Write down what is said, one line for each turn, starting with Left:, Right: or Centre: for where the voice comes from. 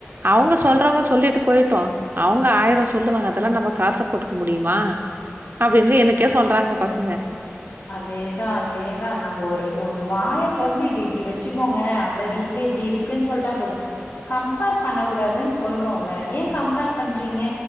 Right: அவங்க சொல்றவங்க சொல்லிட்டு போயிட்டும் அவங்க ஆயிரம் சொல்லுவாங்க அதெல்லா நம்ம காதுல போட்டுக்க முடியுமா அப்டி இப்டி எனக்கே சொல்றாங்க பசங்க
Left: அதேதா அதேதா நம்ம ஒரு ஒண்ணு வாய தொறந்து இது இப்டி வச்சுகோங்க அந்த வீட்ல இப்டி இருக்குன் சொல்ட்டா போது கம்பேர் பண்ண கூடாதுன் சொல்றோல்ல ஏன் கம்பேர் பண்றீங்க